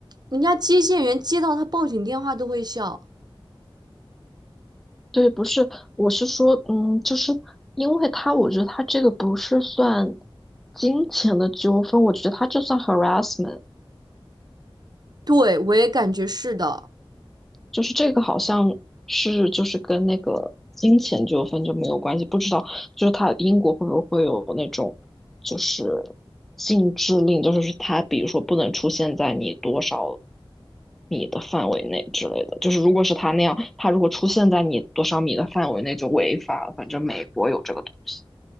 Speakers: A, on the right; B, in the centre.
A: 人家接线员接到他报警电话都会笑。
B: 对，不是，我是说，嗯，就是因为他，我觉得他这个不是算金钱的纠纷，我觉得他这算 harassment，
A: 对，我也感觉是的。
B: 就是这个好像是就是跟那个金钱纠纷就没有关系，不知道就是他英国会不会有那种就是禁制令，就是他比如说不能出现在你多少米的范围内之类的，就是如果是他那样，他如果出现在你多少米的范围内就违法了，反正美国有这个东西。